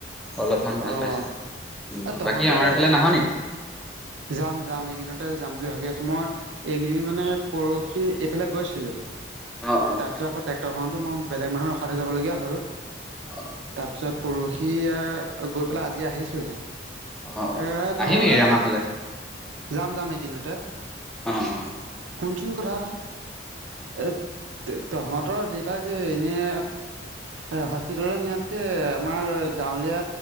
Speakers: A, in the centre; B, on the right.
A: অলপমান ভাল
B: অ'
A: পাইছে উম,
B: এ তহঁতে
A: বাকী আমাৰ ফালে নাহ নি? <inaudible>
B: যাম যাম এইকিদিনতে যাম বুলি ভাবি আছোঁ। মই এইকেইদিন মানে পৰহি এইফালে গৈছিলো।
A: অ', অ',
B: তাৰপিছত আকৌ ট্ৰেক্টৰখনতো মই বেলেগ মানুহৰ ৰখাই থয় যাব লগীয়া হ'ল।
A: অ',
B: তাৰপিছত পৰখি এ গৈ পেলাই আজি আহিছোহে। এ
A: অ', অ', আহিবি
B: তহঁতৰ ফালে
A: আমাৰ
B: যাম যাম যাম এইকিদিনতে।
A: অঁ অঁ।
B: শুনচোন কথা এটা, এ তহঁতৰ দেতা কি এনেই এ হস্পিতাললৈ নিয়াতকে আমাৰ গাঁৱলীয়া